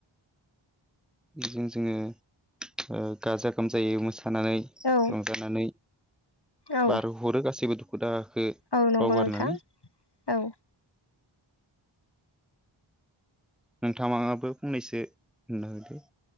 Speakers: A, in the centre; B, on the left.
A: बेजों जोङो ओ गाजा गोमजायै मोसा मोसानानै
B: औ
A: रंजानानै
B: औ
A: बारहरो गासैबो दुखु दाहाखौ। खो
B: औ नंगौ
A: बावगारनानै।
B: नोंथां औ
A: नोंथाङामाबो फंनैसो बुंना होदो।